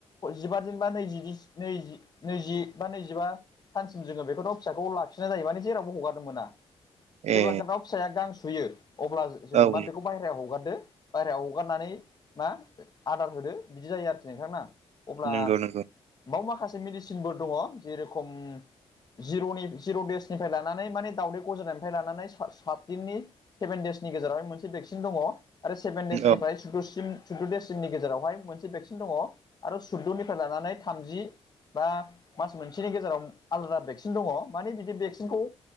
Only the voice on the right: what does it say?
ए
औ
नंगौ नंगौ
औ